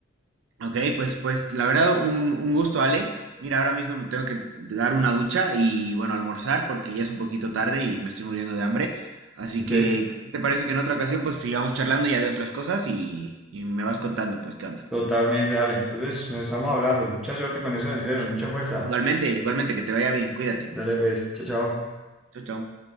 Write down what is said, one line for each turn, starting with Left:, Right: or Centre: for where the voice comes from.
Right: Ok, pues, pues la verdad un, un gusto, Ale. Mira, ahora mismo me tengo que dar una ducha y bueno, almorzar porque ya es un poquito tarde y me estoy muriendo de hambre. Así
Centre: Ok,
Right: que, ¿qué ¿te parece que en otra ocasión pues sigamos charlando ya de otras cosas y, y me vas contando pues qué onda?
Centre: totalmente, dale. Entonces, nos estamos hablando. Mucha suerte con esos entrenos,
Right: Sí.
Centre: mucha fuerza.
Right: Igualmente, igualmente, que te vaya bien, cuídate.
Centre: Dale pues, chao, chao.
Right: Chau, chau.